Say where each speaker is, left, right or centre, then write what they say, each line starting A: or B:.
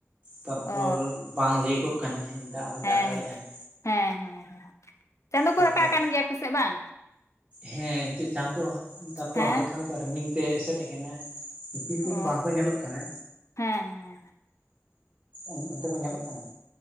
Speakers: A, on the right; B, on the left.
A: ᱛᱟᱨᱯᱚᱨ
B: ᱚ
A: ᱵᱟᱝ ᱞᱟᱹᱭ ᱠᱚᱭᱚᱜ ᱠᱟᱱᱟ ᱦᱮᱸ᱾ ᱫᱟᱜ ᱦᱚᱭ
B: ᱦᱮᱸ
A: ᱫᱟᱜ ᱫᱟᱲᱮᱭᱟᱜᱼᱟ
B: ᱦᱮᱸ ᱦᱮᱸ ᱪᱟᱸᱫᱚ
A: ᱛᱟᱨᱯᱚᱨ
B: ᱠᱚ ᱨᱟᱠᱟᱵ ᱠᱟᱱ ᱜᱮᱭᱟ ᱟᱯᱮ ᱥᱮᱜ ᱵᱟᱝ?
A: ᱦᱮᱸ ᱪᱮᱫ ᱪᱟᱸᱫᱚ ᱛᱟᱨᱯᱚᱨ
B: ᱦᱮᱸ
A: ᱦᱟᱞᱠᱟ ᱦᱟᱞᱠᱟ ᱨᱤᱢᱤᱞ ᱛᱮ ᱮᱥᱮᱫ ᱠᱟᱱᱟ᱾ ᱤᱯᱤᱞ
B: ᱚ
A: ᱠᱚᱫᱚ ᱵᱟᱝ ᱠᱚ ᱧᱮᱞᱚᱜ ᱠᱟᱱᱟ᱾
B: ᱦᱮᱸ ᱦᱮᱸ
A: ᱩᱸ ᱚᱱᱛᱮ ᱠᱚ ᱧᱮᱞᱚᱜ ᱠᱟᱱᱟ᱾